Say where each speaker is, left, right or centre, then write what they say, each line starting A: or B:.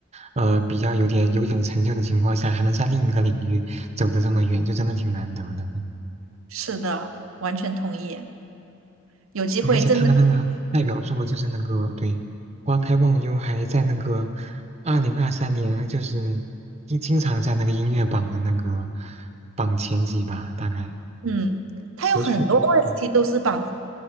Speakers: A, on the right; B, on the right.
A: 呃，比较有点有点成就的情况下，还能在另一个领域走得这么远，就真的挺难得的。嗯
B: 是的，完全同意。有机会真的。
A: 对，而且他的那个代表作就是那个对《花开忘忧》，还在那个二零二三年，就是经经常在那个音乐榜的那个榜前几吧，大概
B: 嗯，它有很多
A: 持续就嗯，
B: OST 都是榜